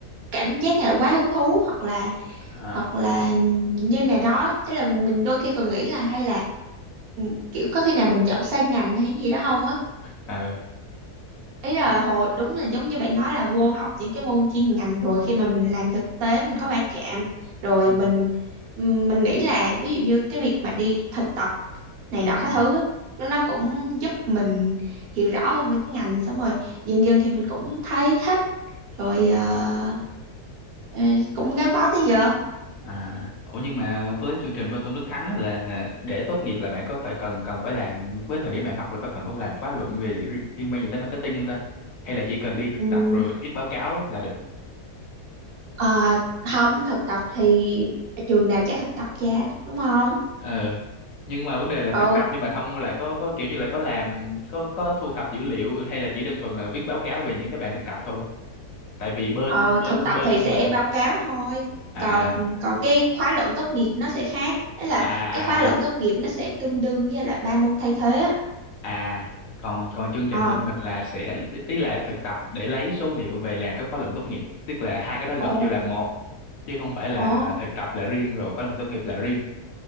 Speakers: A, on the right (about 70°); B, on the left (about 65°).
A: cảm giác như là quá hứng thú hoặc là
B: à
A: hoặc là như này đó ý là mình đôi khi còn nghĩ là hay là ừ, kiểu có khi nào mình chọn sai ngành hay gì đó không á
B: ờ
A: ý là
B: ừ.
A: hồi đúng là giống như bạn nói là vô học những cái môn chuyên ngành rồi khi mà mình làm thực tế mình có va chạm rồi
B: ừ.
A: mình ừm, mình nghĩ là ví dụ như cái việc mà đi thực tập này nọ
B: ừ.
A: các thứ á, nó nó cũng giúp mình hiểu rõ hơn về cái ngành xong rồi dần dần thì mình cũng thấy thích rồi ờ, ờ, cũng gắn bó tới giờ
B: À, ủa nhưng mà với chương trình bên Tôn Đức Thắng á là để tốt nghiệp là bạn có phải cần cần phải làm với thời điểm bạn học là có cần có phải làm khóa luận về liên quan gì tới marketing không ta? Hay là chỉ cần đi thực
A: Ừ,
B: tập rồi viết báo cáo là được?
A: Ờ, không thực tập thì trường nào trả thực tập cha đúng không
B: Ờ. Nhưng mà vấn đề là thực
A: ừ
B: tập nhưng mà xong rồi là có có kiểu như là có làm có có thu thập dữ liệu hay là chỉ đơn thuần là viết báo cáo về những cái bạn thực tập thôi. Tại vì bên
A: ờ,
B: bên
A: thực tập
B: bên
A: thì sẽ
B: mình
A: báo cáo thôi
B: à
A: còn còn cái khóa luận tốt nghiệp nó sẽ khác Đấy là
B: à
A: cái khóa luận
B: à
A: tốt nghiệp nó sẽ tương đương với là ba môn thay thế á.
B: À, còn còn chương trình
A: ờ
B: bên mình là sẽ tức là thực tập để lấy số liệu về làm các khóa luận tốt nghiệp, tức là hai cái đó gộp
A: Ồ,
B: vô làm một chứ không phải là
A: Ồ
B: thực tập là riêng rồi khóa luận tốt nghiệp là riêng.